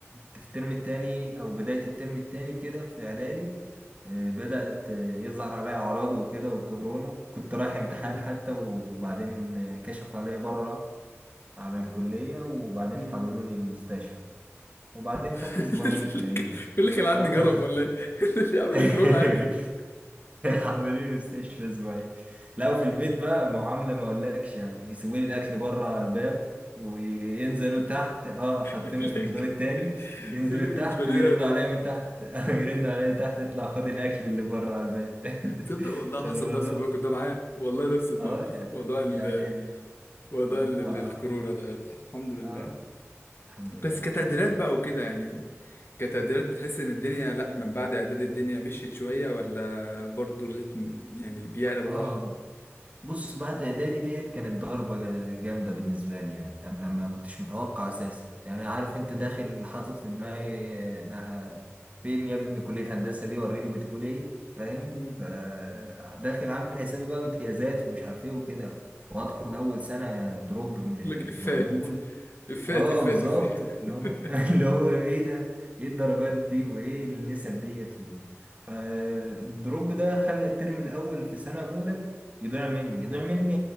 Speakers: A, on the right; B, on the left.
A: كنت في الترم التاني أو بداية الترم التاني كده في إعدادي آه، بدأت آه، يظهر عليا أعراض وكده والكورونا كنت رايح امتحان
B: مم.
A: حتى وبعدين آه، كشفوا عليا بره على الكلية وبعدين
B: مم.
A: حولوني المستشفى وبعدين
B: <laughs>
A: خدت أسبوعين تقريبا
B: يقول لك
A: آه
B: العد جرب
A: <laughs>
B: ولا ايه
A: <laughs>
B: <laughs> يا عم ده كورونا عادي <laughs>
A: عاملين مستشفى اسبوعين لا وفي البيت بقى معاملة ما اقولكش يعني يسيبوا لي الاكل بره على الباب وينزلوا تحت اه حاطيني
B: يقول
A: في
B: لك
A: الدور التاني ينزلوا
B: يقول لك
A: تحت
B: مش بني
A: ويرنوا
B: ادم
A: عليا من تحت <laughs> يرنوا عليا تحت اطلع خد الاكل اللي بره على الباب <laughs>
B: تصدق والله
A: ده
B: حصل
A: الموضوع
B: نفس الموقف ده معايا والله نفس الموقف
A: اه
B: موضوع ال
A: يعني
B: موضوع
A: الموضوع
B: ال... ال- الكورونا ده يلا الحمد لله
A: اه الحمد لله
B: بس
A: رب
B: كتقديرات
A: العالمين.
B: بقى وكده يعني كتقديرات بتحس ان الدنيا لا من بعد اعداد الدنيا مشيت شويه ولا برضو الريتم يعني بيعلى بالراحه
A: اه بص بعد اعدادي ديت كانت ضربة جامدة بالنسبة لي يعني انا ما كنتش متوقع اساسا يعني عارف انت داخل حاطط في دماغي انها فين يا ابني كلية هندسة دي وريني بتقول ايه فاهم
B: مم.
A: فداخل عامل حسابي بقى امتيازات ومش عارف ايه وكده وادخل اول سنة دروب مش-
B: لك افات
A: مقبول
B: افات
A: اه
B: افات
A: بالظبط
B: افات
A: اللي
B: <laughs>
A: هو <laughs> اللي هو ايه ده ايه الدرجات دي وايه النسب ديت و- فالدروب ده خلى الترم الاول في سنه اولى يضيع مني يضيع مني